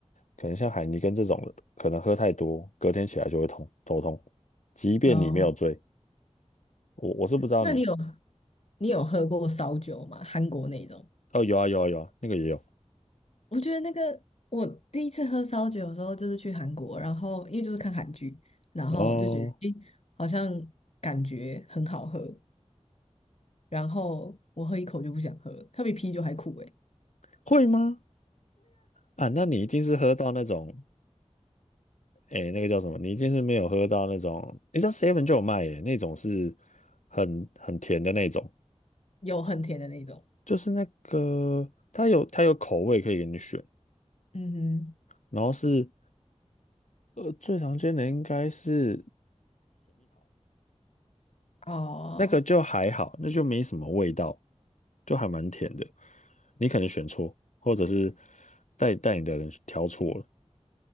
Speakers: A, on the left; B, on the left.
A: 可能像海尼根这种的，可能喝太多，隔天起来就会痛头痛。即便你没有醉，
B: 哦。
A: 我我是不知道你
B: 那你有你有喝过烧酒吗？韩国那种？
A: 哦，有啊有啊有啊，那个也有
B: 我觉得那个我第一次喝烧酒的时候就是去韩国，然后因为就是看韩剧，然后就觉得诶，
A: 哦，
B: 好像感觉很好喝，然后我喝一口就不想喝了它比啤酒还苦诶，
A: 会吗？啊，那你一定是喝到那种。哎、那个叫什么？你一定是没有喝到那种，你知道 Seven 就有卖耶，那种是很很甜的那种，
B: 有很甜的那种。
A: 就是那个它有它有口味可以给你选，
B: 嗯
A: 然后是呃最常见的应该是
B: 哼，哦。
A: 那个就还好，那就没什么味道，就还蛮甜的。你可能选错，或者是带带你的人挑错了。